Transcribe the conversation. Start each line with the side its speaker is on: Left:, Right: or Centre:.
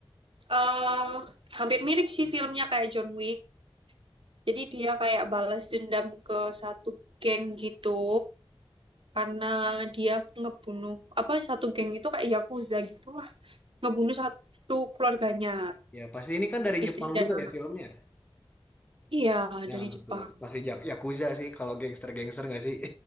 Right: eh hampir mirip sih filmnya kayak John Wick. Jadi dia kayak balas dendam ke satu geng gitu. karena dia ngebunuh apa satu geng itu kayak yakuza gitulah ngebunuh satu keluarganya
Left: Ya, pasti ini kan dari Jepang
Right: istri dan
Left: juga
Right: anak
Left: ya filmnya.
Right: iya
Left: Ya,
Right: dari
Left: betul.
Right: Jepang
Left: Pasti Jak Yakuza sih kalau gangster-gangster nggak sih?